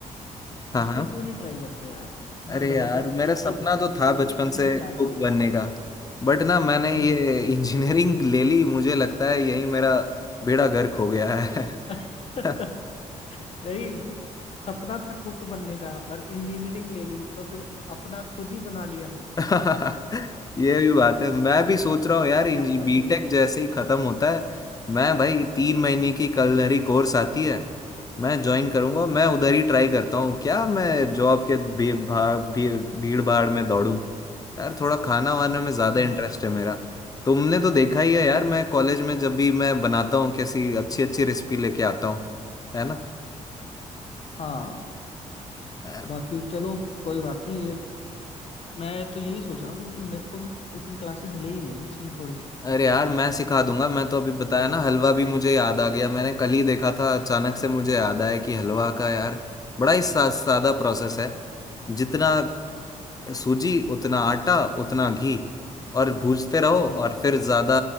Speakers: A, on the left; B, on the left.
A: हाँ
B: उसमें
A: हाँ
B: क्यों नहीं ट्राई करते यार कितना
A: अरे
B: जबरदस्त
A: यार मेरा
B: एक
A: सपना
B: एक
A: तो था
B: एक
A: बचपन
B: एक
A: से
B: चीज याद
A: कुक
B: है आपको
A: बनने का बट ना मैंने
B: हम्म
A: ये <laughs> इंजीनियरिंग ले ली मुझे लगता है यही मेरा बेड़ा गर्क हो गया है
B: <laughs>
A: <laughs>
B: नहीं सपना था कुक बनने का और इंजीनियरिंग ले ली तो फिर अपना खुद ही बना लिया
A: <laughs> ये भी बात है मैं भी सोच रहा हूँ यार इंजी
B: ऐसा
A: बीटेक
B: क्यों
A: जैसे ही खत्म होता है मैं भाई तीन महीने की कलनरी कोर्स आती है मैं ज्वाइन करूंगा मैं उधर ही ट्राई करता हूँ क्या मैं जॉब के भी, भा, भी, भीड़ भाड़ में दौड़ूं यार थोड़ा खाना वाना में ज्यादा
B: हम्म
A: इंटरेस्ट है मेरा तुमने तो देखा ही है यार मैं कॉलेज में जब भी मैं बनाता हूँ कैसी अच्छी अच्छी रेसिपी लेके आता हूँ है
B: हाँ
A: ना
B: बाकी चलो कोई बात नहीं ये मैं तो यही सोच रहा हूँ कि फिर मेरे को भी कुकिंग क्लासेस ले ही लेनी चाहिए थोड़ी सी
A: अरे यार मैं सिखा दूंगा मैं तो अभी बताया ना हलवा भी मुझे याद आ गया मैंने कल ही देखा था अचानक से मुझे याद आया कि हलवा का यार बड़ा ही सा, सादा प्रोसेस है जितना सूजी उतना आटा उतना घी और भूजते रहो
B: हम्म
A: और फिर ज्यादा